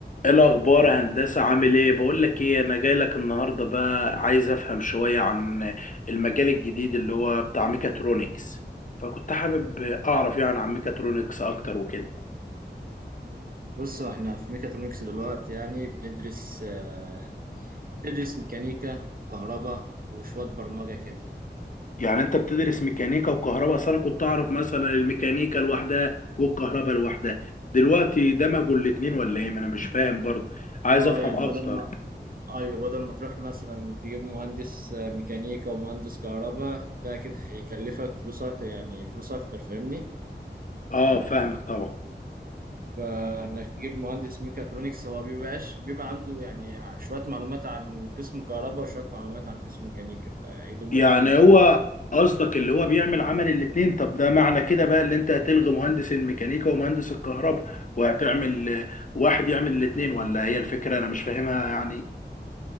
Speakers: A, on the left; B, on the right.
A: ايه الاخبار يا هندسه عامل ايه بقول لك ايه انا جاي لك النهارده بقى عايز افهم شويه عن المجال الجديد اللي هو بتاع ميكاترونكس فكنت حابب اعرف يعني عن ميكاترونكس اكتر وكده
B: بص احنا في ميكاترونكس دلوقتي يعني بندرس آه، بتدرس ميكانيكا وكهرباء وشوية برمجة كده
A: يعني انت بتدرس ميكانيكا وكهرباء اصل انا كنت اعرف مثلا الميكانيكا لوحدها والكهرباء لوحدها دلوقتي دمجوا الاتنين ولا ايه ما انا مش فاهم برضه عايز
B: اه
A: افهم
B: يعني
A: اكتر
B: بدل ما ايوه بدل ما تروح مثلا تجيب مهندس آه، ميكانيكا ومهندس كهرباء ده كده هيكلفك فلوسك يعني فلوس اكتر فاهمني
A: اه فاهمك طبعا
B: فانك تجيب مهندس ميكاترونكس هو بيبقاش بيبقى عنده يعني شوية معلومات عن قسم كهرباء وشوية معلومات عن قسم ميكانيكا فيضم
A: يعني
B: لك الاتنين
A: هو قصدك اللي هو بيعمل عمل الاتنين طب ده معنى كده بقى اللي انت هتلغي مهندس الميكانيكا ومهندس الكهرباء وهتعمل آه، واحد يعمل الاتنين ولا هي الفكرة انا مش فاهمها يعني